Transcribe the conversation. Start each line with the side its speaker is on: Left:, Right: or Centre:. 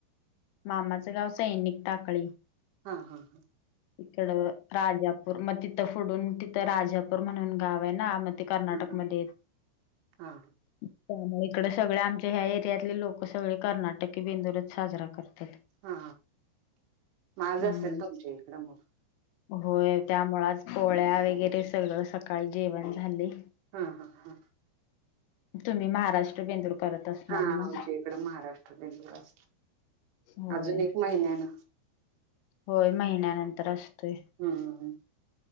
Left: मामाचं गाव सैनिक टाकळी
Right: हा हा हा
Left: इकड राजापूर मग तिथं फोडून तिथं राजापूर म्हणून गाव आहे ना मग कर्नाटकमध्ये
Right: हा. हा
Left: त्यामुळे इकड सगळे आमच्या ह्या एरियातले लोक सगळे कर्नाटकी बेंदूरच साजरा करतात
Right: हा माझं
Left: हम्म
Right: असेल तुमच्या इकडं मग
Left: होय त्यामुच आज पोळ्या वगैरे सगळं सकाळी जेवण झाले.
Right: हा हा हा
Left: तुम्ही महाराष्ट्र बेंदूर करत असणार
Right: हा
Left: ना
Right: आमच्या इकड महाराष्ट्र बेंगलुर असत
Left: होय
Right: अजून एक महिन्यान
Left: होय महिन्यानंतर असतोय
Right: हम्म-हम्म